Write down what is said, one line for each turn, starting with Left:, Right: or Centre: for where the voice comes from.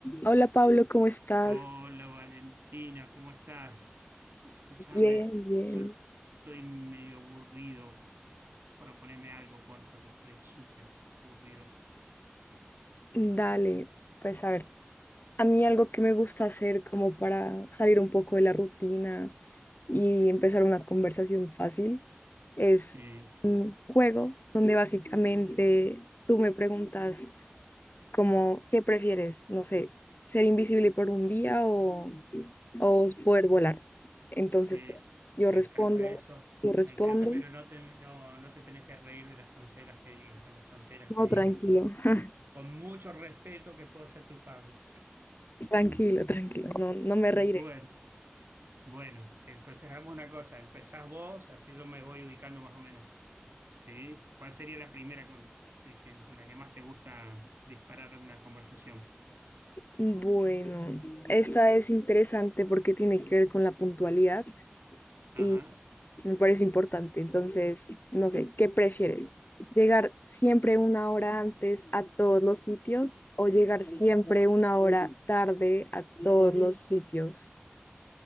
Left: Hola Pablo, ¿cómo estás?
Right: Hola Valentina, ¿cómo estás? Escúchame,
Left: Bien, bien.
Right: yo estoy medio aburrido. Proponeme algo, porfa, que estoy súper aburrido.
Left: Dale, pues a ver, a mí algo que me gusta hacer como para salir un poco de la rutina y empezar una conversación fácil es
Right: Sí,
Left: un juego donde básicamente tú me preguntas como, ¿qué prefieres? No sé, ser invisible por un día o, o poder volar. Entonces
Right: sí,
Left: yo
Right: me
Left: respondo,
Right: encanta eso.
Left: yo respondo.
Right: Me encanta, pero no te, no, no te tenés que reír de las onceras que digas, de las tonteras
Left: No,
Right: que digas.
Left: tranquilo. <laughs>
Right: Con mucho respeto que puedo ser tu padre.
Left: Tranquilo, tranquilo, no, no me
Right: Bueno,
Left: reiré.
Right: bueno, entonces hagamos una cosa. Empezás vos, así yo me voy ubicando más o menos. ¿Sí? ¿Cuál sería la primera con, que- que- con la que más te gusta disparar una conversación?
Left: Bueno, esta es interesante porque tiene que ver con la puntualidad y
Right: Ajá.
Left: me parece importante. Entonces, no sé, ¿qué prefieres? ¿Llegar siempre una hora antes a todos los sitios o llegar siempre una hora tarde a todos los sitios?